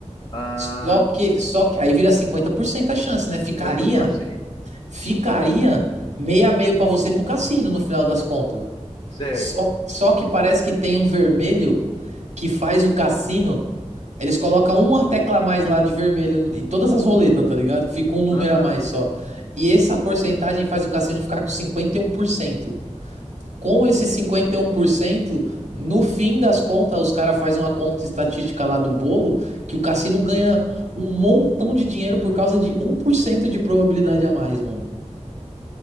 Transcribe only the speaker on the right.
Só que, só que aí vira 50% a chance, né? Ficaria,
ficaria meia a meio pra você pro cassino no final das contas.
Só, só que parece que tem um vermelho que faz o cassino. Eles colocam uma tecla a mais lá de vermelho em todas as roletas, tá ligado? Que Fica um número
a mais só. E essa porcentagem faz o cassino ficar com 51%. Com esse 51%, no fim das contas, os caras fazem uma conta estatística lá do bolo que o cassino ganha um montão de dinheiro por causa de um por cento de probabilidade a mais, mano.